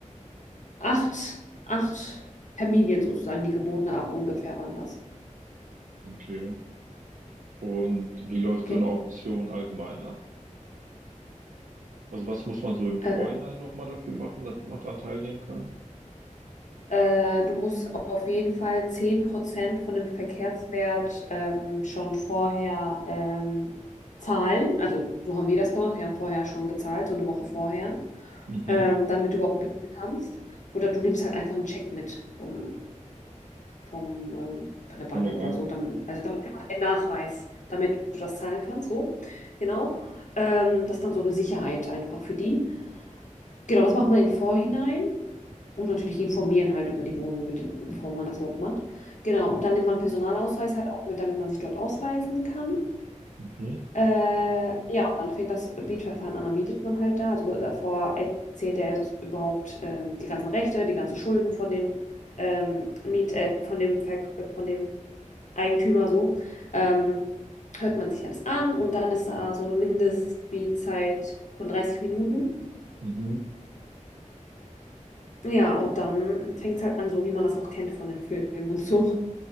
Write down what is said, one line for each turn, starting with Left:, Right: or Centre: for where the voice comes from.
Left: acht, acht Familien sozusagen, die geboten haben, ungefähr waren das.
Right: Okay. Und wie läuft
Left: Ge-
Right: so eine Auktion allgemein ab? Also was muss man so im Vorhinein
Left: Äh,
Right: nochmal dafür machen, damit man dran teilnehmen kann?
Left: äh, du musst auf jeden Fall 10% von dem Verkehrswert ähm, schon vorher ähm, zahlen. Also so haben wir das gemacht. Wir haben vorher schon gezahlt, so eine Woche vorher,
Right: Mhm.
Left: ähm, damit du überhaupt bieten kannst. Oder du nimmst halt einfach einen Check mit vom, vom, ähm, von der Bank
Right: Von der
Left: oder
Right: Bank.
Left: so. Dann, also dann einfach ein Nachweis, damit du das zahlen kannst. So, genau. Ähm, das ist dann so eine Sicherheit einfach für die. Genau, das macht man im Vorhinein und natürlich informieren halt über die Wohnung, mit dem- bevor man das überhaupt macht. Genau,
Right: Mhm.
Left: und dann nimmt man einen Personalausweis halt auch mit, damit man sich dort ausweisen kann.
Right: Mhm.
Left: Äh, ja, und dann fängt das Mietverfahren an, dann mietet man halt da. Also davor erzählt er jetzt überhaupt ähm, die ganzen Rechte, die ganzen Schulden von dem ähm, Miet, äh, von dem Verk äh, von dem Eigentümer so. Ähm, hört man sich alles an und dann ist da so eine Mindestmietzeit von 30 Minuten.
Right: Mhm.
Left: Ja, und dann fängt's halt an, so wie man das auch kennt von den Filmen und so.